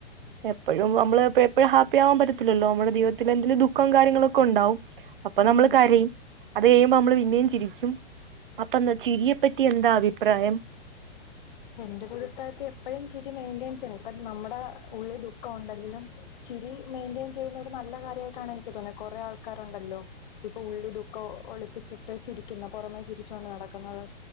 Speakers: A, on the right (about 55°); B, on the left (about 45°).
A: എപ്പോഴും നമ്മള് എപ്പോഴും ഹാപ്പി ആവാൻ പറ്റത്തില്ലല്ലോ നമ്മുടെ ജീവിതത്തിൽ എന്തെലും ദുഃഖം കാര്യങ്ങളൊക്കെ ഉണ്ടാവും. അപ്പൊ
B: ഉം
A: നമ്മൾ
B: ഉം
A: കരയുംഅത് കഴിയുമ്പോ നമ്മള് പിന്നെയും ചിരിക്കും അപ്പൊ ചിരിയെപ്പറ്റി എന്താ അഭിപ്രായം
B: എന്റെ ഒരു അഭിപ്രായത്തിൽ എപ്പോഴും ചിരി മെയിന്റനൻസ് ചെയണം ഇപ്പ നമ്മുടെ ഉള്ളിൽ ദുഃഖം ഉണ്ടെങ്കിലും ചിരി മെയിന്റെയിൻ ചെയ്യുന്നത് നല്ല കാര്യമായിട്ടാണ് എനിക്ക് തോന്നിയ കൊറെ ആൾക്കാരുണ്ടല്ലോ ഇപ്പൊ ഉള്ളി ദുഃഖം ഒളിപ്പിച്ചിട്ട് ചിരിക്കുന്ന പുറമേ ചിരിച്ചോണ്ട് നടക്കുന്നത്